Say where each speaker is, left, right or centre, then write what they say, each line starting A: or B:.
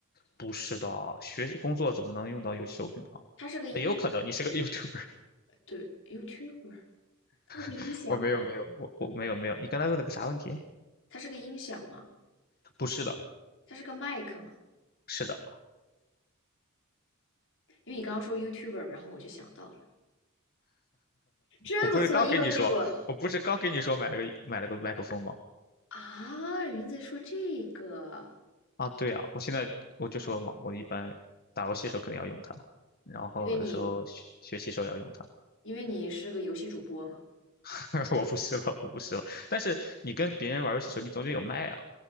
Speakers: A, on the left; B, on the left.
A: 不是的，学习工作怎么能用到游戏手柄呢？
B: 它是个音响，
A: 也有可能你是个 YouTuber，
B: 对，YouTuber，它是个音响吗？
A: <laughs> 我没有没有，我我没有没有。你刚才问了个啥问题？
B: 它是个音响吗？
A: 不是的，
B: 它是个麦克吗？
A: 是的，
B: 因为你刚刚说 YouTuber，然后我就想到了，真不错，
A: 我不是刚跟你说，
B: 又给我
A: 我不是刚跟你说买了个买了个麦克风吗？
B: 啊，云在说这个，
A: 啊，对啊，我现在我就说嘛，我一般打游戏的时候肯定要用它，然后有的时候学学习时候也要用它。
B: 因为你因为你是个游戏主播嘛，
A: <laughs> 我不试了，我不试了。但是你跟别人玩游戏的时候，你总得有麦啊。